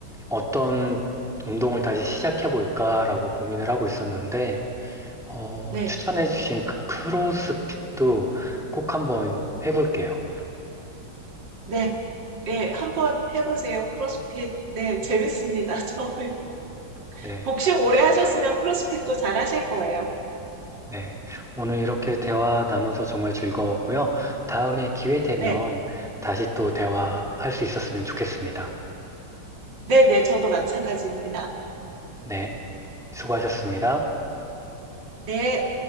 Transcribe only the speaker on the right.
네,
네. 예, 한번 해보세요. 크로스핏. 네, 재밌습니다. <laughs> 처음에.
복싱 오래 하셨으면 크로스핏도 잘 하실 거예요.
네,
네, 네. 저도 마찬가지입니다.
네.